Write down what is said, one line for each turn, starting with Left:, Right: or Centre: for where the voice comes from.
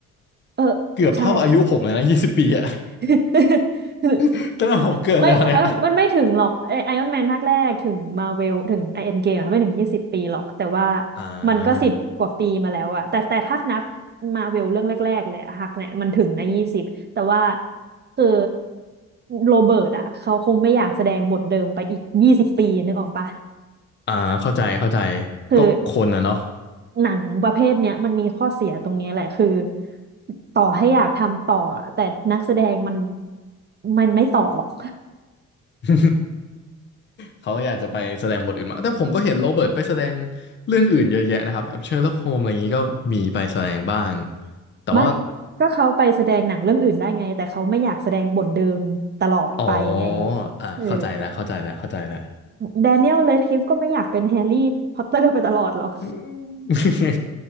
Right: เออ
Left: เกือบเท่าอายุผมเลยนะยี่สิบปีอะ
Right: ใช่ <laughs>
Left: <laughs> ตั้งแต่ผมเกิดแล้วเนี่ย
Right: ไม่มันมันไม่ถึงหรอกไอออนแมนภาคแรกถึงมาเวลถึงไอเอ็นเกมไม่ถึงยี่สิบปีหรอกแต่ว่า
Left: อ่
Right: มันก็สิบกว่าปีมาแล้วอะแต่แต่ถ้านับ
Left: า
Right: มาเวลเรื่องแรกๆเลยอะฮักเนี่ยมันถึงนะยี่สิบแต่ว่าคือโรเบิร์ตอะเขาคงไม่อยากแสดงบทเดิมไปอีกยี่สิบปีนึกออกปะ
Left: อ่าเข้าใจเข้าใจ
Right: คือ
Left: ก็คนอะเนาะ
Right: หนังประเภทเนี้ยมันมีข้อเสียตรงนี้แหละคือต่อให้อยากทำต่ออะแต่นักแสดงมันมันไม่ต่อหรอก
Left: <laughs> เขาก็อยากจะไปแสดงบทอื่นมางแต่ผมก็เห็นโรเบิร์ตไปแสดงเรื่องอื่นเยอะแยะนะครับแบบเชอร์ล็อกโฮมอะไรอย่างนี้ก็มีไปแสดงบ้าง แต่ว่า
Right: ไม่ก็เขาไปแสดงหนังเรื่องอื่นได้ไง แต่เขาไม่อยากแสดงบทเดิมตลอดไปไง
Left: อ๋ออ่ะเข้าใจแล้ว
Right: เออ
Left: เข้าใจแล้วเข้าใจแล้ว <laughs>
Right: แดเนียลเรดคลิฟก็ไม่อยากเป็นแฮร์รี่พอตเตอร์ไปตลอดหรอก
Left: อืม <laughs>